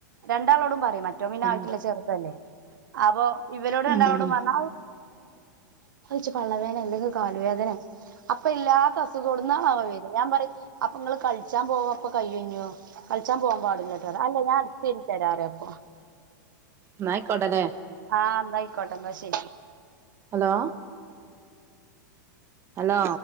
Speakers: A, on the right (about 80°); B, on the right (about 25°).
A: രണ്ടാളോടും പറ മറ്റോ മീന
B: ഉം
A: ആയിട്ടില്ലേ ചെറുതല്ലേ അപ്പൊ ഇവരോട്
B: ഉം
A: രണ്ടാളോടും പറഞ്ഞ ച്ച് പള്ളവേദന അല്ലെങ്കിൽ കാലുവേദന അപ്പൊ ഇല്ലാത്ത അസുഖ കൊടുന്നാണ് അവ വില ഞാൻ പറ അപ്പൊ നിങ്ങൾ കളിച്ചാൻ പോവ അപ്പൊ കൈയ്യോ കളിച്ചാ പോകാൻ പാടില്ലോട്ടേ അല്ല ഞാൻ അടിച്ചേരി തരാറ അപ്പൊ
B: ന്നാ ആയിക്കോട്ടല്ലേ
A: ആഹ് ന്നാ ആയിക്കോട്ടെ എന്നാ ശരി
B: ഹലോ ഹലോ